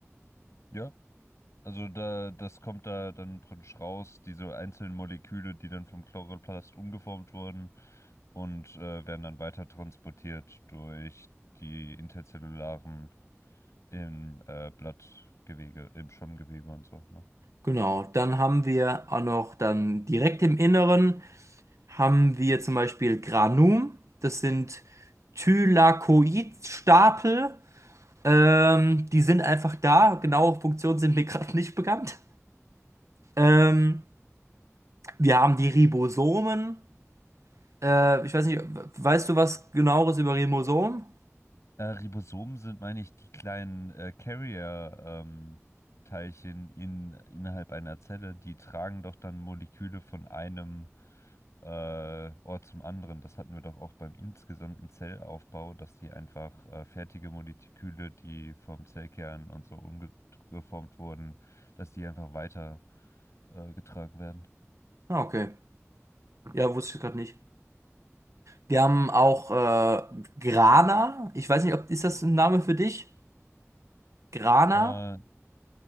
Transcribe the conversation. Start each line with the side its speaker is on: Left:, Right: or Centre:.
Left: Ja. Also da, das kommt da dann praktisch raus, diese einzelnen Moleküle, die dann vom Chloroplast umgeformt wurden und äh, werden dann weiter transportiert durch die interzellularen im äh, Blattgewebe, im Schwammgewebe und so, ne?
Right: Genau, dann haben wir auch noch dann direkt im Inneren haben wir zum Beispiel Granum. Das sind Thylakoidstapel. Ähm, die sind einfach da. Genaue Funktionen sind mir <laughs> gerade nicht bekannt. Ähm, wir haben die Ribosomen. Äh, ich weiß nicht, weißt du was genaueres über Ribosomen?
Left: Äh, Ribosomen sind, meine ich, die kleinen äh, Carrier-Teilchen in, innerhalb einer Zelle, die tragen doch dann Moleküle von einem äh, Ort zum anderen. Das hatten wir doch auch beim insgesamten Zellaufbau, dass die einfach äh, fertige Moleküle, die vom Zellkern und so umgeformt wurden, dass die einfach weiter äh, getragen werden.
Right: Ah, okay. Ja, wusste ich gerade nicht. Wir haben auch äh, Grana. Ich weiß nicht, ob ist das ein Name für dich? Grana?
Left: Äh,